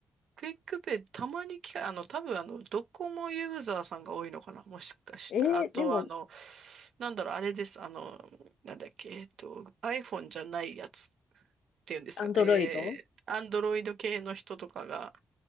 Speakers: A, on the right; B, on the left.
A: クイックペイたまに聞か、あの、多分あの、ドコモユーザーさんが多いのかな。もしかしたら。
B: えー、
A: あとはあの、
B: でも、
A: なんだろう、あれです。あの、なんだっけ、えっと、iPhone じゃないやつ。ていうんですか、
B: アンドロイド
A: えー、アンドロイド系の人とかが、